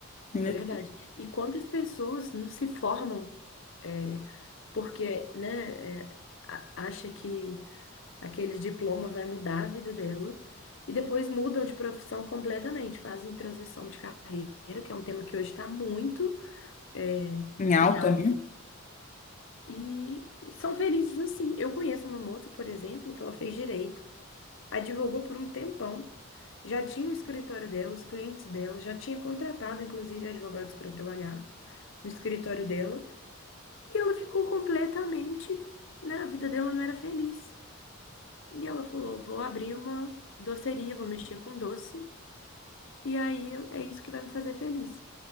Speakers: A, on the left; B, on the left.
A: Ainda
B: É verdade.
A: tem isso.
B: E quantas pessoas não se formam é, porque, né, é, a- acha que aquele diploma vai mudar a vida dela e depois mudam de profissão completamente, fazem transição de carreira, que é um tema que hoje está muito é,
A: em alta,
B: em alta,
A: né?
B: e são felizes assim. Eu conheço uma moça, por exemplo, que ela fez direito. advogou por um tempão, já tinha o escritório dela, os clientes dela, já tinha contratado, inclusive, advogados para trabalhar no escritório dela, e ela ficou completamente, né, a vida dela não era feliz. E ela falou: vou abrir uma doceria, vou mexer com doce, e aí eu- é isso que vai me fazer feliz.